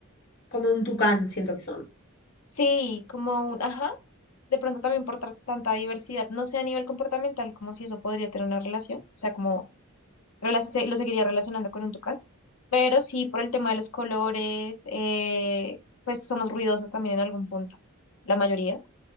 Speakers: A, on the left; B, on the left.
A: como un tucán, siento que son.
B: Sí, como un, ajá, de pronto también por tra- tanta diversidad, no sé a nivel comportamental como si eso podría tener una relación, o sea, como rela- se- lo seguiría relacionando con un tucán, pero sí por el tema de los colores, eh, pues somos ruidosos también en algún punto, la mayoría.